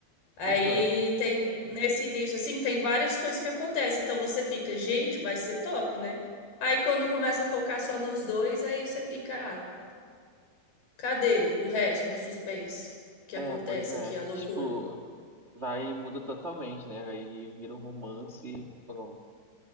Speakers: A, on the left; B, on the right.
A: Aí
B: aham.
A: tem nesse início assim, tem várias coisas que acontecem. Então você fica, gente, vai ser top, né? Aí quando começa a focar só nos dois, aí você fica, ah, Cadê o resto do suspense que
B: É,
A: acontece
B: pois é.
A: aqui, a loucura?
B: Tipo, vai e muda totalmente, né? Aí vira um romance e pronto.